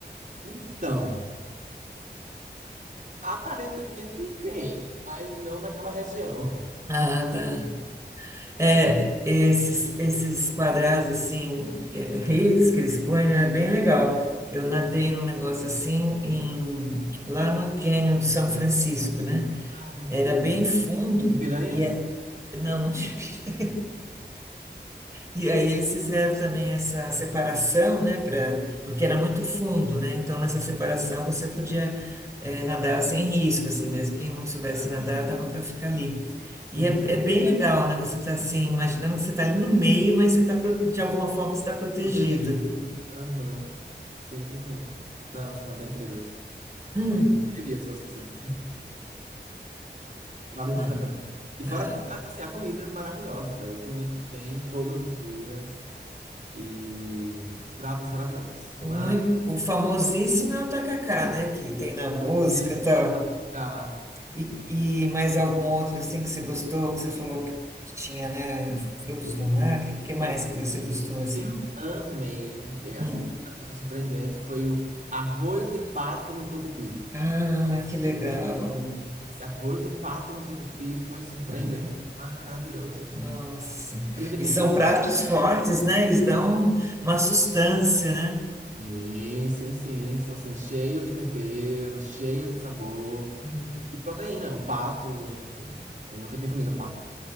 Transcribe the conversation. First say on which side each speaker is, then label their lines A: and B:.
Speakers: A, on the right (about 45°); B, on the right (about 15°).
A: Então, aparentemente tem, mas não naquela região. <laughs>
B: Ah, tá. É, esses, esses quadrados assim, é, redes que eles põem,
A: Isso.
B: né, é bem legal. Eu nadei num negócio assim em, lá no Canyon do São Francisco, né?
A: Ai,
B: Era
A: tudo.
B: bem fundo
A: E piranhas?
B: e é, não, não tinha <laughs> E aí eles fizeram também essa separação, né, pra, porque era muito fundo, né? Então nessa separação você podia eh, nadar sem risco, assim, mesmo quem não soubesse
A: Hã?
B: nadar dava para ficar ali.
A: Sim,
B: E é, é bem legal, né? Você tá assim, imaginando que você tá ali no meio, mas você tá, pro- de alguma forma você está protegido.
A: protegido.
B: <clears throat>
A: Aham. Sim, sim, sim. Nossa, mas é incrível.
B: Hum.
A: Eu abriria se fosse você. Vale
B: Hum.
A: muito a pena. E fora,
B: Ah,
A: a co- a- assim, a comida maravilhosa. Eu comi bem todos os dias e pratos maravilhosos.
B: O,
A: mas
B: o famosíssimo é o tacacá, né? Que tem na música
A: Maravilhosíssimo
B: e tal.
A: atacar.
B: E, e mais algum outro assim que você gostou, que você falou que, que tinha, né? Frutos do mar, O que, que mais que você gostou assim?
A: Eu amei, me-
B: Hum.
A: assim, que pra mim foi surpreendente, foi o arroz de pato no tucupi.
B: Ah, que legal.
A: Esse arroz de pato no tucupi foi surpreendente.
B: Ah,
A: Maravilhoso.
B: nossa.
A: Eu nunca
B: E
A: tinha
B: são
A: comido
B: pratos fortes, né? Eles dão uma sustância, né?
A: Sim, sim, sim. São assim, cheios de tempero, cheios de sabor
B: Uhum.
A: e proteína. O pato, enfim. Eu nunca tinha comido pato.